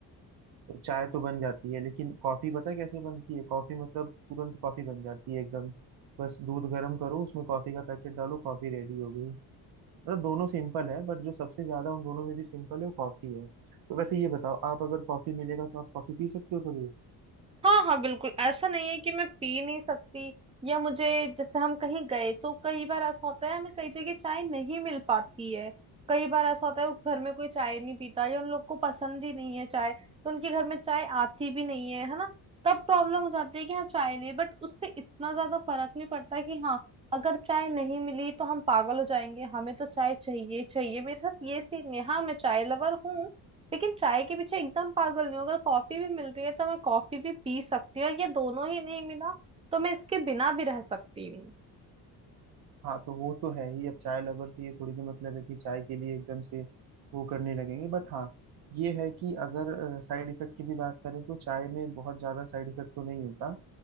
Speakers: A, on the right; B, on the right.
A: तो चाय तो बन जाती है लेकिन कॉफी पता है कैसे बनती है कॉफी मतलब तुरंत कॉफी बन जाती है एकदम बस दूध गर्म करो उसमें कॉफी का पैकेट डालो कॉफी रेडी हो गई मतलब दोनों सिंपल है बट जो सबसे ज्यादा उन दोनों में भी सिंपल है वो कॉफी है तो वैसे ये बताओ आप अगर कॉफी मिलेगा तो आप कॉफी पी सकते हो कभी
B: हाँ हाँ बिल्कुल ऐसा नहीं है कि मैं पी नहीं सकती या मुझे जैसे हम कहीं गए तो कई बार ऐसा होता है हमें कई जगह चाय नहीं मिल पाती है कई बार ऐसा होता है उस घर में कोई चाय नहीं पीता या उन लोग को पसंद ही नहीं है चाय तो उनके घर में चाय आती भी नहीं है है ना तब प्रॉब्लम हो जाती है कि हाँ चाय नहीं बट उससे इतना ज्यादा फर्क नहीं पड़ता कि हाँ अगर चाय नहीं मिली तो हम पागल हो जाएंगे हमें तो चाय चाहिए चाहिए मेरे साथ ये सीन है हाँ मैं चाय लवर हूँ लेकिन चाय के पीछे एकदम पागल नहीं हूँ अगर कॉफी भी मिल रही है तो मैं कॉफी भी पी सकती हूँ और ये दोनों ही नहीं मिला तो मैं इसके बिना भी रह सकती हूँ
A: हाँ तो वो तो है ही अब चाय लवर से ये थोड़ी तो मतलब है कि चाय के लिए एकदम से वो करने लगेंगे बट हाँ ये है कि अगर साइड इफेक्ट की भी बात करें तो चाय में बहुत ज्यादा साइड इफेक्ट तो नहीं होता